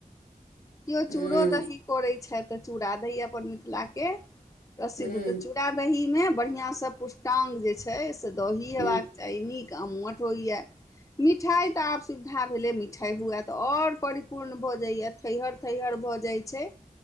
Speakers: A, on the left; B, on the left.
A: किओ
B: हूँ
A: चूड़ो दही करैत छथि तऽ चूड़ा दही अपन मिथिलाके प्रसिद्ध
B: हूँ
A: ह तऽ चूड़ा दहीमे बढ़िआँस पुष्टाङ्ग जे छै से दही हेबा
B: हूँ
A: क चाही नीक अम्मट होइया। मिठाई तऽ आब सुविधा भेले मिठाई हुए तऽ ओर परिपूर्ण भऽ जाइया थैहर थैहर भऽ जाइ छै।